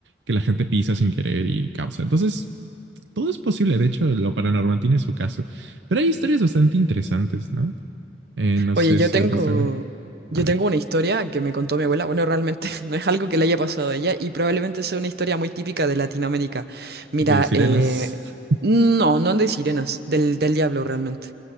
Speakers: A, on the right; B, on the right.
A: que la gente pisa sin querer y causa. Entonces, todo es posible. De hecho, lo paranormal tiene su caso. Pero hay historias bastante interesantes, ¿no? Eh, no
B: Oye,
A: sé
B: yo
A: si
B: tengo,
A: has visto una.
B: yo
A: A ver.
B: tengo una historia que me contó mi abuela. Bueno, realmente <laughs> no es algo que le haya pasado a ella y probablemente sea una historia muy típica de Latinoamérica. Mira,
A: de sirenas.
B: eh, no, no de sirenas, del, del diablo realmente.